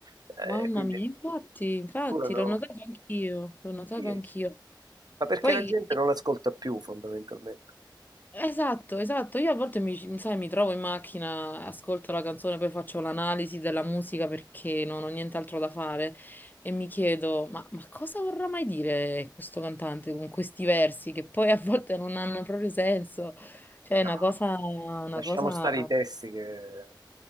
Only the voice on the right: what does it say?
Eh,
quindi
durano,
sì,
sì. ma perché
la gente non l'ascolta più fondamentalmente.
No,
lasciamo
stare i testi che...